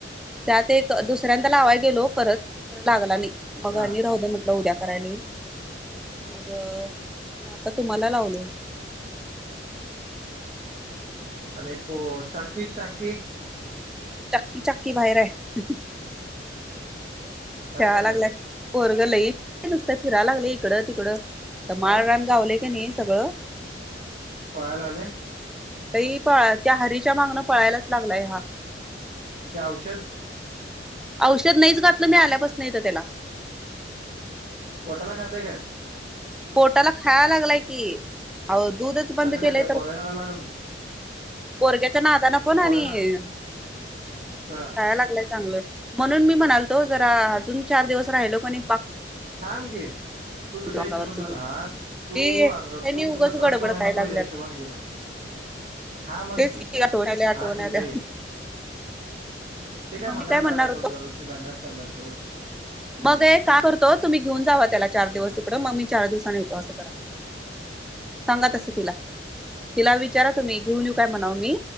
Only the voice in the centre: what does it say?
त्यात एक दुसऱ्यांदा लावाय गेलो परत तर लागला नाही मग
आणि राहूदे म्हटलं उद्या करायला येईल मग म आता तुम्हाला लावलोय
चक्की चाक्की बाहेर हाय खेळा
लागलय
पोरग लय नुसत फिरा लागलय इकडं तिकडं तर माळरान
गावलय कनि सगळ
लई पळत्या हरीच्या मागनं पळायलाच लागलाय हा
औषध नाहीच घातलं मी आल्यापासन इथ त्याला
पोटाला खायालागलाय की अहो दूधच बंद
केलंय
तर
पोरग्या च्या नादान पण आणि
ह
खायाय लागल चांगल म्हणून मी म्हणाल तो जरा अजून चार दिवस राहिलो कनि
अंगावरच
दूध
ते त्यांनी
उगच
गडबड
कराय
लागल्यात
<inaudible>
तेच
आठवण आल्या आठवण
आल्या
मग
मी म्हणणार
होतो
मग ए का करतो तुम्ही घेऊन जावा त्याला चार दिवस तिकडं मग मी चार दिवसानी येतो म अस करा सांगा तस तिला तिला विचारा तुम्ही घेऊन येऊ काय म्हणाव मी